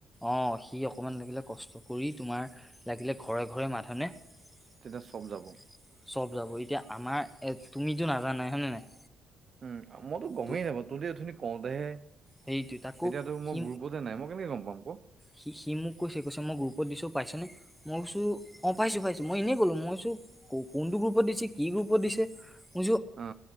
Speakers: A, in the centre; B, on the right.
A: অ সি অকমান লাগিলে কষ্ট কৰি তোমাৰ লাগিলে ঘৰে ঘৰে মাধনে। <unintelligible>
B: তেতিয়া চব যাব
A: চব যাব এতিয়া আমাৰ এ তুমিতো নাজানাই হয়নে নে নাই।
B: উম মইতো গমেই
A: ত'
B: নাপাওঁ তোহোতে উথনি কওঁতেহে।
A: সেইটো তাকো
B: এতিয়াতো মই
A: সি
B: গ্ৰৰুপতে নাই মই কেনেকে গম পাম। ক
A: সি সি মোক কৈছে কৈছে মই গ্ৰুপত দিছো পাইছনে। মই কৈছো অ পাইছো পাইছো মই এনেই ক'লো মইছো কোনটো গ্ৰুপত দিছে কি গ্ৰুপত দিছে ব
B: অ